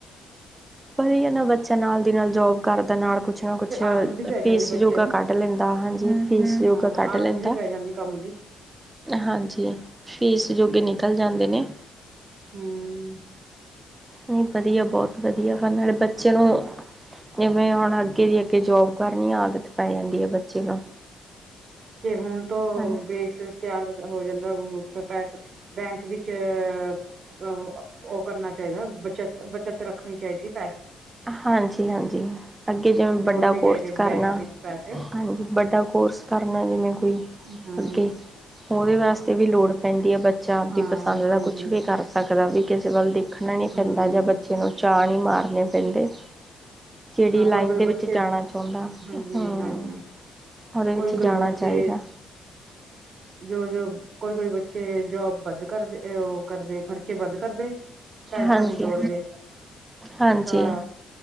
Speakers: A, on the right (about 20°); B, on the right (about 55°).
A: ਵਹੀ ਨਾ ਬੱਚਾ ਨਾਲ ਦੀ ਨਾਲ ਜੋਬ ਕਰਦਾ ਨਾਲ ਕੁਛ ਨਾ ਕੁਛ
B: ਫਿਰ ਆਦਤ ਵੀ ਪੈ
A: ਫੀਸ
B: ਜਾਂਦੀ
A: ਜੋਗਾ
B: ਬੱਚੇ ਨੂੰ।
A: ਕੱਢ ਲੈਂਦਾ ਹਾਂਜੀ। ਫੀਸ ਜੋਗਾ
B: ਹਾਂ,
A: ਕਢ ਲੈਂਦਾ
B: ਆਦਤ ਵੀ ਪੈ ਜਾਂਦੀ ਕੰਮ ਦੀ,
A: ਹਾਂਜੀ ਫੀਸ ਜੋਗੇ ਨਿਕਲ ਜਾਂਦੇ ਨੇ
B: ਹਮ ।
A: ਹੀਂ ਵਧੀਆ ਬਹੁਤ ਵਧੀਆ ਫ <unintelligible> ਨਾਲੇ ਬੱਚੇ ਨੂੰ ਜਿਵੇਂ ਹੁਣ ਕੇ ਦੀ ਅੱਗੇ ਜੋਬ ਕਰਨੀ ਆਦਤ ਪੈ ਜਾਂਦੀ ਹੈ ਬੱਚੇ ਨੂੰ
B: ਕਿ ਹੁਣ ਤੋਂ
A: ਹਾਂਜੀ
B: ਬੇਸ ਤਿਆਰ ਹੋ ਜਾਂਦਾ ਪੈਸੇ ਬੈਂਕ ਵਿੱਚ ਅ ਉਹ ਕਰਨਾ ਚਾਹੀਦਾ ਬਚਤ ਬੱਚਤ ਰੱਖਣੀ ਚਾਹੀਦੀ ਐ
A: ਹਾਂਜੀ, ਹਾਂਜੀ ਅੱਗੇ ਜਿਵੇਂ
B: ਜੋੜਨੇ
A: ਵੱਡਾ
B: ਚਾਹੀਦੇ
A: ਕੋਰਸ ਕਰਨਾ
B: ਬੈਂਕ ਵਿੱਚ ਪੈਸੇ,
A: ਹਾਂਜੀ। ਵੱਡਾ ਕੋਰਸ ਕਰਨਾ ਜਿਵੇਂ ਕੋਈ
B: ਹਾਂ,
A: ਅੱਗੇ ਉਹਦੇ ਵਾਸ ਤੇ ਵੀ ਲੋੜ ਪੈਂਦੀ ਏ। ਬੱਚਾ ਆਪਦੀ
B: ਹਾਂ
A: ਪਸੰਦ ਦਾ
B: ਹਾਂਜੀ।
A: ਕੁਛ ਵੀ ਕਰ ਸਕਦਾ ਵੀ। ਕਿਸੇ ਗੱਲ ਦੀ । ਸਖਣਾ ਨਹੀਂ
B: ਹਮ
A: ਪੈਂਦਾ ਜਾਂ ਬੱਚੇ ਨੂੰ ਚਾਅ ਨਹੀਂ ਮਾਰਨੇ ਦੇ। <unintelligible> ਚਿੜੀ ਲਾਈਨ
B: ਕੋਈ ਕੋਈ
A: ਦੇ
B: ਬੱਚੇ
A: ਵਿੱਚ ਜਾਣਾ ਚਾਹੁੰਦਾ
B: ਹਾਂਜੀ
A: ।ਹਮ।
B: ਹਾਂਜੀ
A: ਉਹਦੇ ਵਿੱਚ
B: ਕੋਈ, ਕੋਈ
A: ਜਾਣਾ
B: ਬੱਚੇ
A: ਚਾਹੀਦਾ
B: ਜੋ, ਜੋ ਕੋਈ, ਕੋਈ ਬੱਚੇ ਜੋਬ ਵੱਧ ਕਰਦੇ ਉਹ ਕਰਦੇ ਖਰਚੇ ਵੱਧ ਕਰਦੇ। ਪੈਸਾ
A: ਹਾਂਜੀ
B: ਨਹੀ ਜੋੜਦੇ
A: ਹਾਂਜੀ
B: ਤਾਂ